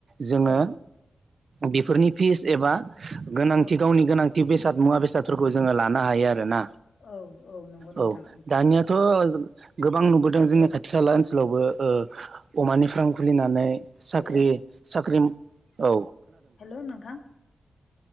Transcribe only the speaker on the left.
औ
औ
औ औ नंगौ नोंथां
औ
हेल'
हेलौ‌ नोंथां।